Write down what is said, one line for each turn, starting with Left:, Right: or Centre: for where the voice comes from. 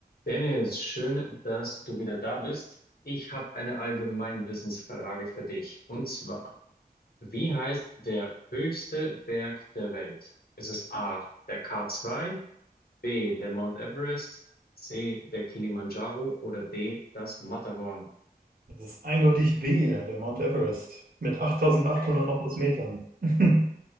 Left: Dennis, schön, dass du wieder da bist. Ich habe eine Allgemeinwissensfrage für dich. Und zwar, wie heißt der höchste Berg der Welt? Ist es A, der k zwei, B, der Mount Everest, C, der Kilimanjaro oder D, das Matterhorn?
Right: Das ist eindeutig B, der Mount Everest, mit 8800
Left: Äh,
Right: noch was Metern. <laughs>